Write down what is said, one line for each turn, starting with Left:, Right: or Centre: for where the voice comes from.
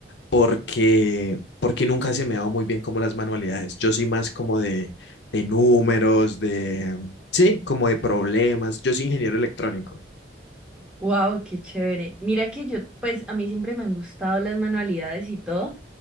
Left: Porque porque nunca se me ha dado muy bien como las manualidades. Yo soy más como de de números, de sí, como de problemas. Yo soy ingeniero electrónico.
Centre: Wow, qué chévere. Mira que yo, pues a mí siempre me han gustado las manualidades y todo.